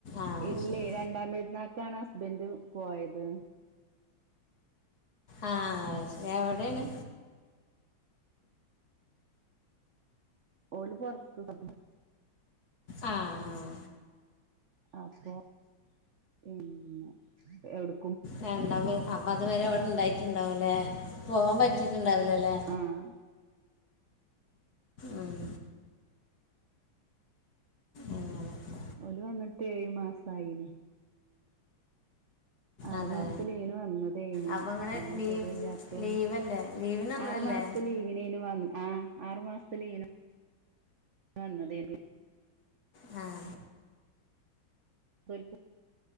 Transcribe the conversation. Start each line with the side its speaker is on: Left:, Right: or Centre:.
Left: ആ
Right: ഇല്ലേ
Left: ശരി
Right: രണ്ടാം പെരുന്നാക്കാണ് ഹസ് ബന്റ് പോയത്
Left: ആ എവിട്യെണ്
Right: ഓലു പുറത്തു <unintelligible>
Left: ആ ആഹ
Right: അപ്പം <unintelligible> പിന്നെ എവിടു
Left: രണ്ടാ വെ അപ്പൊ അതു വരെ ഓൾ ഉണ്ടായിട്ടുണ്ടാവല്ലേ പോകാൻ പറ്റിട്ടുണ്ടാവ ല്ലല്ലേ
Right: ആഹ്
Left: ഉം
Right: ഉം
Left: അങ്ങനെയൊക്കെ
Right: ഓല് വന്നിട്ട് ഏഴ് മാസായിന്ന് ആറു
Left: അതെ
Right: മാസതത്തീന് വന്നതാത്താരുന്നു
Left: അപ്പം അങ്ങനെ
Right: പിന്നെ
Left: ലീവ്
Right: സുഖ ഇല്ലാത്തോണ്ട്
Left: ലീവല്ലേ ലീവിനൊന്നല്ലേ
Right: ആറു മാസത്തി ലീവിനേന് വന്ന ആ ആറു മാസത്തേ ലീവിന് <unintelligible> വന്നതേന്
Left: ആ
Right: ം